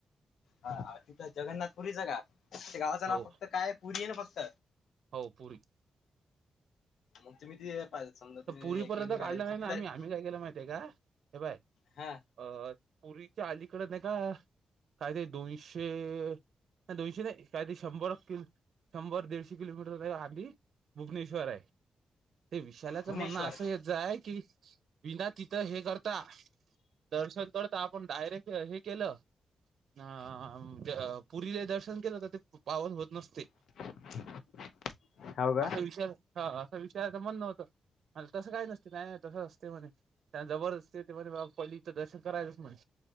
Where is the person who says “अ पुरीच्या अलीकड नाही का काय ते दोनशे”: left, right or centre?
Right